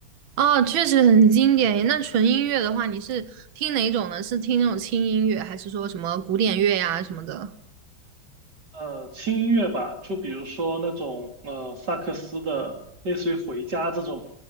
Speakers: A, on the right; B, on the right.
A: 哦，确实很经典。那纯音乐的话，你是听哪种呢？是听那种轻音乐，还是说什么古典乐呀、什么的？
B: 呃，轻音乐吧，就比如说那种呃萨克斯的，类似于回家这种